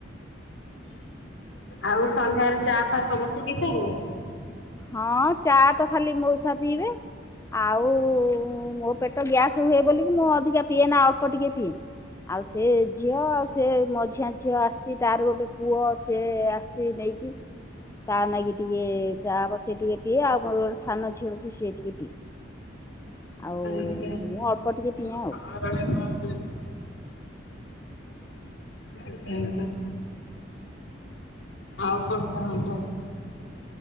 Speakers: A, on the left; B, on the left.
A: ଆଉ ସନ୍ଧ୍ୟାରେ ଚା ଫା ସମସ୍ତେ ପିସାରିଲେଣି?
B: ହଁ ଚାତ ଖାଲି ମଉସା ପିଇବେ। ଆଉ ମୋପେଟ ଗ୍ୟାସ ହୁଏ ବୋଲିକି ମୁଁ ଅଧିକା ପିଏନା ଅଳ୍ପ ଟିକେ ପିଏ। ଆଉ ସେ ଝିଅ ଆଉ ସେ ମଝିଆ ଝିଅ ଆସିଚି ତାର ଗୋଟେ ପୁଅ ସେ ଆ ସେ ନେଇକି ତା ନାଗି ଟିକେ ଯା ହବ ସେ ଟିକେ ପିଏ ଆଉ ମୋର ସାନ ଝିଅ ଅଛି ସିଏ ଟିକେ ପିଏ। ଆଉ
A: ଆଜ୍ଞା ଆଜ୍ଞା
B: ମୁଁ ଅଳ୍ପ ଟିକେ ପିଏଁ ଆଉ।
A: <unintelligible> <unintelligible> ଆଉ କଣ କୁହନ୍ତୁ।